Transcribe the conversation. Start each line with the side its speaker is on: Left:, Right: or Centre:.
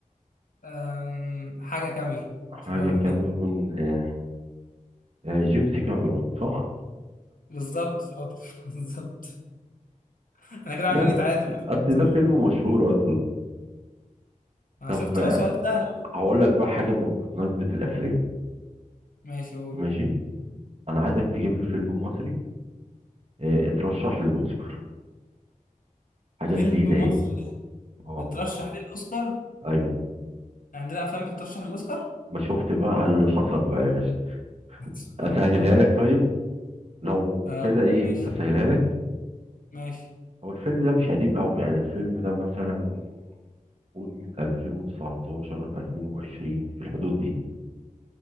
Left: أم، حاجة كاميرا
Right: حاجة
Left: شوف أنا
Right: كاميرون
Left: بديك إيه.
Right: آه آه جيمس كاميرون صح؟
Left: بالظبط شاطر <laughs> بالظبط أنا كده
Right: لا
Left: عاملين
Right: ف-
Left: نتعادل
Right: اصل
Left: صح.
Right: ده فيلم مشهور اصلا
Left: أنا
Right: طب
Left: شفت
Right: آه،
Left: هو سؤال سهل
Right: هقول لك بقى حاجة بمناسبة الافلام
Left: ماشي قول
Right: ماشي انا عايزك تجيب لي فيلم مصري آه، اترشح للاوسكار حاجه
Left: فيلم
Right: جديده اهي
Left: مصري
Right: اه
Left: اترشح للأوسكار
Right: ايوه
Left: عندنا أفلام بتترشح للأوسكار
Right: ما شفت بقى <laughs> اللي حصل بقى يا باشا
Left: <laughs> سبحان
Right: اسهلها
Left: الله
Right: لك طيب لو
Left: آه،
Right: كده ايه
Left: ماشي
Right: اسهلها لك
Left: ماشي
Right: هو الفيلم ده مش قديم قوي يعني الفيلم ده مثلا قول من 2019 2020 في الحدود دي